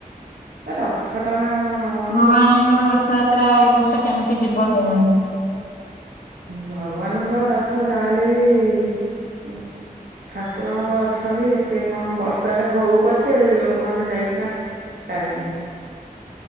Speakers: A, on the right; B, on the left.
A: ରଥ ଟଣା ଆଉ କଣ ବନ୍ଦ
B: ଭଗବାନଙ୍କର
A: ହବ
B: ରଥଯାତ୍ରା ଏ ବର୍ଷ କେମିତି ଯିବ କେଜାଣି?
A: ଭଗବାନଙ୍କ ରଥ ଯାହାହେଲେ ବି ଉ ଠାକୁର ଅଛନ୍ତି, ସେ କଣ ବର୍ଷାରେ ହଉ ପଛେ ଲୋକମାନେ ଯାଇକିନା ଟାଣିିବେ।